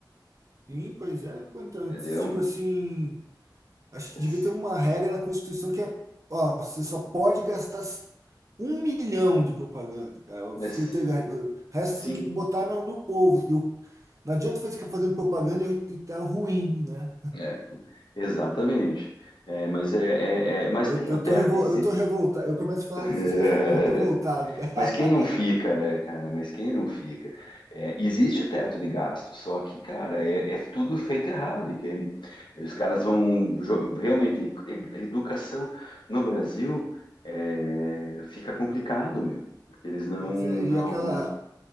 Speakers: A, on the right; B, on the left.
A: Sim, pois é. Pô, então,
B: entendeu?
A: tipo assim. Acho que
B: Mas,
A: devia ter uma regra na Constituição que é, ó, você só pode gastar s- um milhão de propaganda, cara. Você
B: mas,
A: tem, o resto
B: sim,
A: você tem que botar no, no povo. entendeu? Não adianta você ficar fazendo propaganda e, e tá ruim, né?
B: é, exatamente. É, mas é, é- é- mas
A: Eu,
B: tem
A: eu
B: o teto.
A: tô revol,
B: exi-
A: eu tô revoltado. Eu começo a falar
B: <laughs>
A: dessas coisas e fico revoltado, <laughs> cara.
B: Mas quem não fica, né, cara? Mas quem não fica? É, existe o teto de gasto, só que, cara, é, é tudo feito errado, entende? Os caras vão jo- realmente e- educação no Brasil é, fica complicado, meu. Porque eles não,
A: Pois
B: não,
A: é, e aquela.